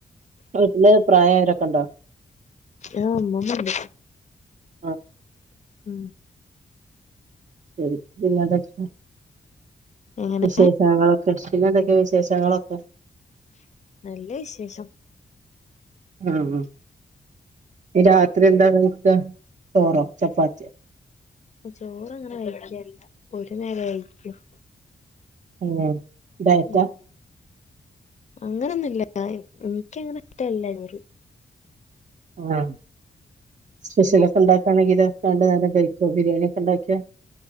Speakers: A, on the right; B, on the left.
A: വീട്ടില് പ്രായായോരൊ ക്കെണ്ടോ?
B: ആഹ് ഉമ്മമ്മ ണ്ട്.
A: ആഹ്
B: ഉം
A: ശരി. പിന്നെന്തൊക്കെ
B: എങ്ങനെ
A: വിശേഷങ്ങളൊക്കെ? പിന്നെന്തൊക്കെ വിശേഷങ്ങളൊക്കെ?
B: നല്ല വിശേഷം.
A: ആഹ് മം ഞ് രാത്രി എന്താ കഴിക്കാ ചോറോ ചപ്പാത്തിയോ?
B: ചോറ് അങ്ങനെ കഴിക്കേല്ല ഒരു നേരേ കഴിക്കൂ.
A: ഉം ഡയറ്റാ?
B: ഉം അങ്ങനൊന്നുല്ല. ഇൻക്കങ്ങനെ ഇഷ്ടല്ല ചോറ്.
A: ആഹ് സ്പെഷ്യല്
B: ഉം
A: ഒക്കെ ഉണ്ടാക്കാണെങ്കിലൊ. രണ്ട് നേരം കഴിക്കോ ബിരിയാണിയൊക്കെ ഉണ്ടാക്കിയാ.